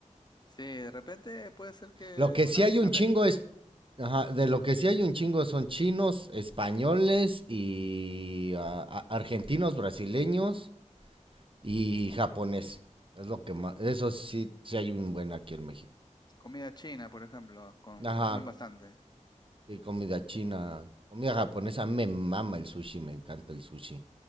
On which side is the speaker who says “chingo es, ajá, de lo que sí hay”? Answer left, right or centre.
Right